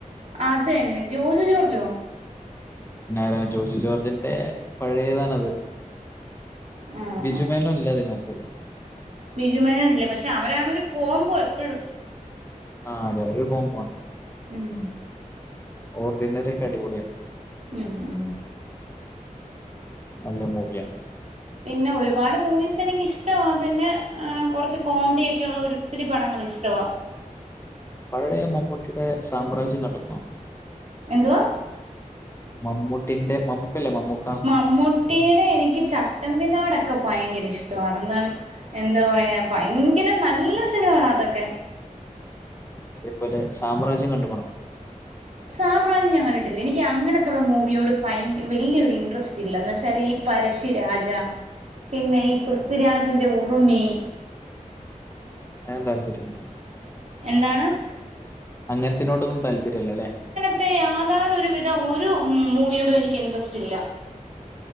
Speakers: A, on the right; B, on the left.
A: അതന്നെ ജോർജു ജോർജോ
B: പിന്നാര ജോർജു ജോർജിന്റെ പഴയതാണത്
A: ആഹ്
B: ബിജു മെനു ഇല്യ അതിനകത്ത്
A: ബിജുമേനോൻല്ല പക്ഷെ അവരാണ് ഒരു കോംബോ എപ്പഴും
B: ആഹ് അതെ ഒരു കോംബാണ്
A: ഉമ്
B: ഓർഡിനറി ഒക്കെ അടിപൊളിയാ
A: ഉമ് ഉമ്
B: നല്ല മൂവിയാണ്
A: പിന്നെ ഒരുപാട് മൂവീസ് എനിക്കിഷ്ടവാ പിന്നെ കൊർച്ച് കോമഡിയൊക്കെള്ള ഒത്തിരി പടങ്ങള് ഇഷ്ടവാ
B: പഴയ മമ്മൂട്ടിടെ സാമ്രാജ്യം കണ്ട്ക്ക്ണോ
A: എന്തുവാ
B: മമ്മൂട്ടിന്റെ മമ്മൂക്കല്ലേ മമ്മൂക്കാ
A: മമ്മൂട്ടീടെ എനിക്ക് ചട്ടമ്പിനാടൊക്കെ ഭയങ്കര ഇഷ്ടവാ എന്താ പറയാ ഭയങ്കര നല്ല സിനിമകളാ അതൊക്കെ
B: അതേപോലെ സാമ്രാജ്യം കണ്ട്ക്ണോ
A: സാമ്രാജ്യം ഞാൻ കണ്ടിട്ടില്ല എനിക്ക് അങ്ങനത്തെയുള്ള മൂവിയോട് ഭയങ്ക വല്യരു ഇൻട്രസ്റ്റ് ല്ല എന്ന് വെച്ചാല് ഈ പരശ്ശിരാജ പിന്നെ ഈ പൃഥ്വിരാജിന്റെ ഉറുമി
B: ഐന് താൽപര്യല്ല
A: എന്താണ്
B: അങ്ങൻത്തിനോടൊന്നും താല്പര്യല്ല ലെ
A: ത്തെ യാതാരണ ഒരുവിധ ഒരു മൂവിയോടും എനിക്ക് ഇൻട്രസ്റ്റ് ഇല്ല